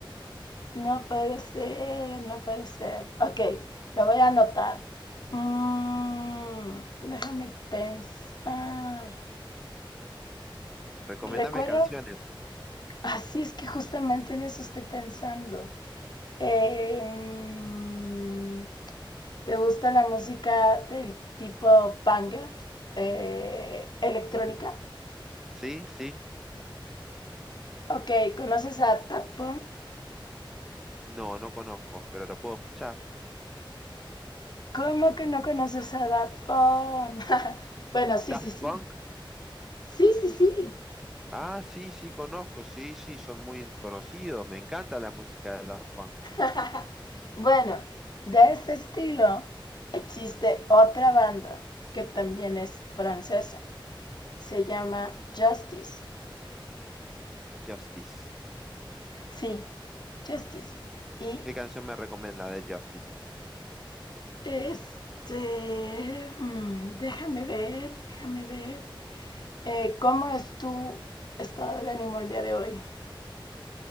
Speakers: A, on the left (about 55°); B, in the centre.
A: No puede ser, no puede ser. Ok, lo voy a anotar. Mm, déjame pensar.
B: Recomiéndame
A: ¿Recuerdo?
B: canciones.
A: Así es que justamente en eso estoy pensando. Eh, mm, ¿Te gusta la música del tipo banger, eh, electrónica?
B: ¿Sí? ¿Sí?
A: Ok, ¿conoces a Daft Punk?
B: No, no conozco, pero lo puedo escuchar.
A: ¿Cómo que no conoces a Daft Punk? <laughs> bueno, sí,
B: Daft
A: sí, sí.
B: Punk.
A: Sí, sí, sí.
B: Ah, sí, sí, conozco. Sí, sí, son muy conocidos. Me encanta la música de Daft Punk.
A: <laughs> bueno, de ese estilo existe otra banda que también es francesa. Se llama Justice.
B: Justice.
A: Sí, Justice. Y
B: ¿Qué canción me recomienda de Justice?
A: este... mm, déjame ver, déjame ver. Eh, ¿Cómo es tu estado de ánimo el día de hoy?